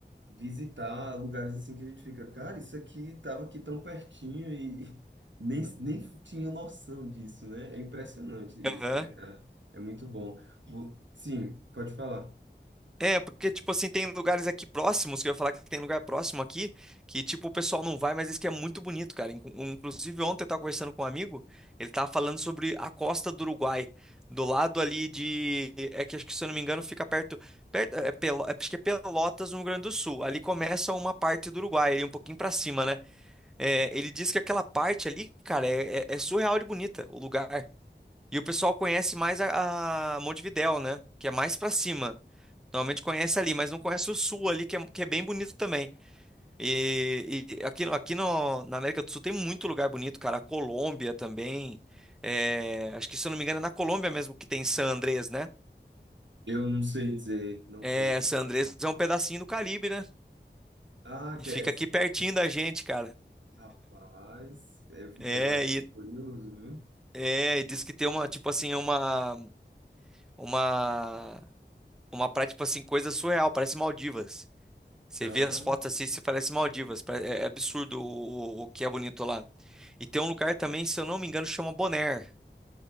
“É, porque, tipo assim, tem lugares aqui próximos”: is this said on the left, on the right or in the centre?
Centre